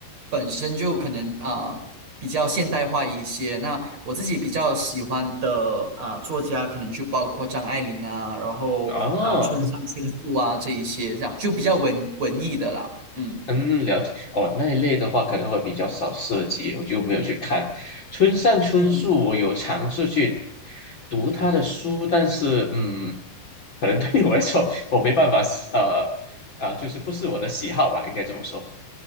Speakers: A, on the right; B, on the left.
A: 本身就可能啊、比较现代化一些。那我自己比较喜欢的啊、作家，可能就包括张爱玲啊，然后啊、
B: 哦，
A: 村上春树啊这一些，这样就比较文文艺的啦。嗯，
B: 嗯，了解哦，那一类的话可能会比较少涉及，我就没有去看。村上春树，
A: 嗯。
B: 我有尝试去读他的书，但是嗯，可能对于我来说，我没办法，呃啊、就是不是我的喜好吧，应该这么说。